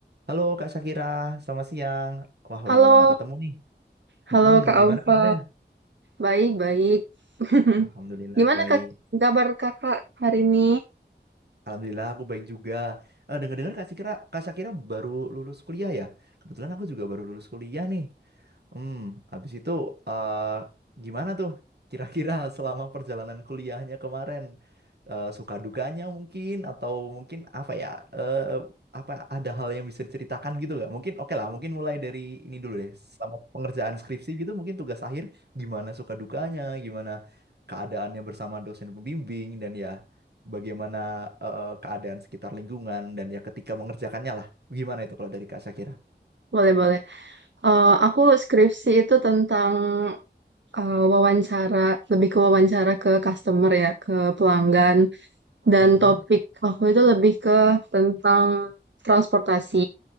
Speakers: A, on the right; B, on the right.
A: Halo Kak Shakira, selamat siang. Wah,
B: Halo,
A: udah lama nggak ketemu nih.
B: halo
A: Mm-mm,
B: Kak Alfa.
A: gimana kabarnya?
B: Baik, baik. <laughs>
A: Alhamdulillah
B: Gimana
A: baik.
B: Kak kabar Kakak hari ini?
A: Alhamdulillah aku baik juga. Eh, dengar-dengar Kak Sakira, Kak Sakira baru lulus kuliah ya? Kebetulan aku juga baru lulus kuliah nih. Hmm, habis itu eh, gimana tuh kira-kira <laughs> selama perjalanan kuliahnya kemarin? Eh, suka dukanya mungkin atau mungkin apa ya? Eh, apa ada hal yang bisa diceritakan gitu nggak? Mungkin oke lah, mungkin mulai dari ini dulu deh. Selama pengerjaan skripsi gitu mungkin tugas akhir gimana suka dukanya, gimana keadaannya bersama dosen pembimbing dan ya bagaimana eh, keadaan sekitar lingkungan dan ya ketika mengerjakannya lah. Gimana itu kalau dari Kak Syakira?
B: Boleh, boleh. Eh, aku skripsi itu tentang eh, wawancara, lebih ke wawancara ke customer ya, ke pelanggan. Dan
A: Mm-mm.
B: topik aku itu lebih ke tentang transportasi.